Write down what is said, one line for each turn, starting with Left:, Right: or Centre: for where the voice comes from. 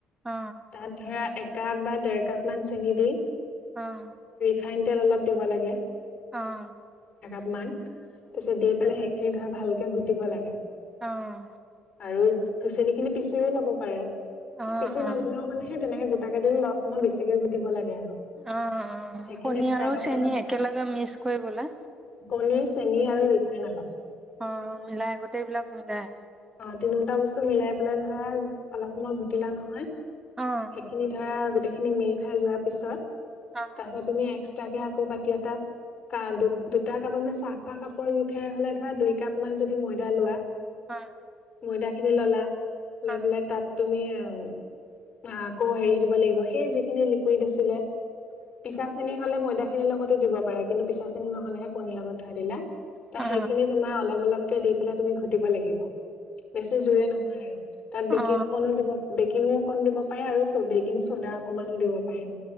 Right: অ
Left: তাত ধৰা এক কাপ বা ডেৰ কাপ মান চেনি দি
Right: অহ
Left: চাইন তেল অলপ দিব লাগে
Right: অহ
Left: কিমান তাৰপিছত দি পেলাই সেইখিনি ভালকে ঘুটিব লাগে
Right: অহ
Left: আৰু চেনি খিনি পিচিও লব পাৰে এ
Right: অ অ
Left: পিচি
Right: অ
Left: নললেও মানে সেই তেনেকে গোট তাকেইদিন লখমন বেছিকে ঘুটিব লাগে আৰু
Right: অ অ
Left: সেইখিনি
Right: কণী
Left: এটা চাইডত
Right: আৰু চেনি
Left: চাইডত
Right: একেলগে মিক্স কৰিবলে।
Left: কণী চেনি আৰু ৰিফাইন অলপ।
Right: অ' মিলাই আগতেই এইবিলাক হৈ দাই।
Left: অ' তিনিওটা বস্তু মিলাই পেলাই ভাল, অলপ সময় ঘুটিলা নহয়।
Right: অ
Left: সেইখিনি ধৰা গোটেইখিনি খিনি মিল খাই যোৱাৰ পিছত
Right: অ
Left: তাৰ পিছত তুমি এক্স <unintelligible> কে আকৌ বতি এটাত, <unintelligible> দুত, দুটা কাপত মানে চাহ খোৱা কাপৰ জোখে হ'লে, ধৰা, দুই কাপ মান যদি মৈদা লোৱা
Right: <unintelligible>
Left: ময়দাখিনি ল'লা। লৈ
Right: অ
Left: পেলাই, তাত তুমি অ' উম। আকৌ হেৰি দিব লাগিব, সেই যিখিনি লিকুইড আছিলে। পিছা চেনি হ'লে, মৈদা খিনিৰ লগত দিব পাৰে। কিন্তু পিছা চিনি নহ'লেহে কণী লগত। <unintelligible> তে
Right: অ অ
Left: সেইখিনি তোমা অলপ অলপকে দি পেলাই, তুমি ঘুটিব লাগিব। বেছি জোৰে নহয় আৰু তাত বেকিং
Right: অ অ
Left: অকণো দিব বেকিং। অকণ দিব পাৰে আৰু চ', বেকিং চ'দা অকনমানো দিব পাৰে।